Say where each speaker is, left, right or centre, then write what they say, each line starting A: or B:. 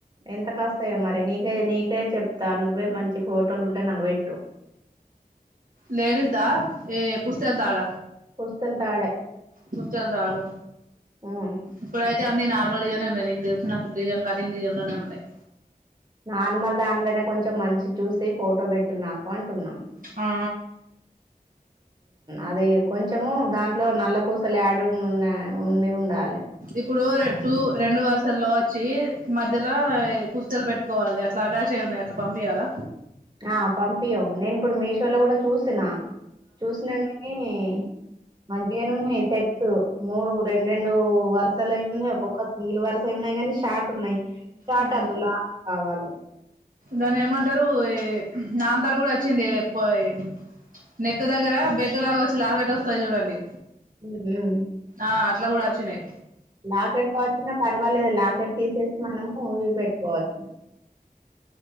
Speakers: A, on the right; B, on the right.
A: ఎంత కస్తాయో మరి నీకే నీకే చెప్తా నువ్వే మంచి ఫోటోలు ఉంటే నాకి పెట్టు
B: లేేడీస్ దా ఏ పుస్తల్ తడ
A: పుస్తలు తాడే
B: పుస్తలు తాడు
A: మ్మ్
B: ఇప్పుడయితే అన్ని నార్మ డిజనే ఉన్నాయి నీ తెలుసు <unintelligible> నాకు డిజం కఠన్ డిజ లోనే ఉన్నాయి
A: నార్మల్ దాంట్లోనే కొంచెం మంచి చూసి ఫోటో పెట్టడం నాకు అంటూనా
B: హా
A: అది కొంచము దాంట్లో నల్లపూసలు డు ఉ ఉన్న ఉండి ఉండాలి
B: ఇప్పుడు టూ రెండు వర్సల్లో వచ్చి మధ మలా పుస్తలు పెట్టుకోవాలి ఎట్లా అటాచ్ అయ ఉన్నాయి అట్లా పంపయాల
A: ఆ పంపింయు నేను ఇప్పుడు మీషో లో కూడా చూసిన చూసినా నీ మంచిగానే ఉన్నాయి సెట్స్ మూడు రెండు రెండు వర్సాలువి ఉన్నాయి ఒక్కొక్క సింగిల్ వర్సాలు ఉన్నాయి కాని షాట్ ఉన్నాయి షార్ట్
B: హ
A: వద్దు లాంగ్ కావాలి
B: దాన్ని ఏమంటారు ఏ నాంతాడు కూడా వచ్చింది ఎ పోయి నెక్క దగ్గర బెల్ట్ లాగా వచ్చి లాకేట్ వస్తంది చూడండి
A: హ్మ్
B: ఆ అట్లా కూడాచ్చినయి
A: లాకెట్తో వచ్చిన పర్వాలేదు లాకెట్ తీసేసి మనము ఊవి పెట్టుకోవచ్చు